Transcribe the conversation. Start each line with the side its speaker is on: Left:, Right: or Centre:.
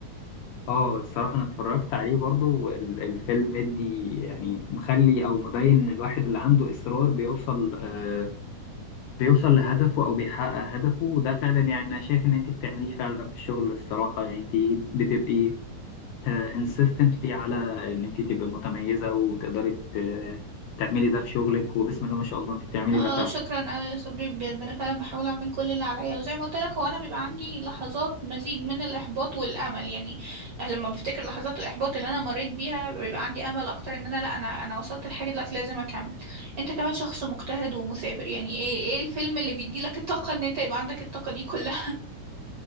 Left: اه الصراحة أنا اتفرجت عليه برضو ال- الفيلم مدي يعني مخلي أو مبين إن الواحد اللي عنده إصرار بيوصل آه، بيوصل لهدفه أو بيحقق هدفه وده فعلا يعني أنا شايف إن أنت بتعمليه فعلا في الشغل الصراحة يعني أنت بتبقي آه، insistently على إن أنت تبقي متميزة وتقدري ت- تعملي ده في شغلك وبسم الله ما شاء الله أنت بتعملي
Right: اه
Left: ده فعلا
Right: شكرا قوي يا صبري بجد انا فعلا بحاول اعمل كل اللي عليا وزي ما قلت لك هو انا بيبقى عندي لحظات مزيج من الاحباط والامل يعني لما بفتكر لحظات الاحباط اللي انا مريت بيها بيبقى عندي امل اكتر ان انا لا انا انا وصلت لحاجه دلوقتي لازم اكمل انت كمان شخص مجتهد ومثابر يعني ايه ايه الفيلم اللي بيدي لك الطاقه ان انت يبقى عندك الطاقه دي كلها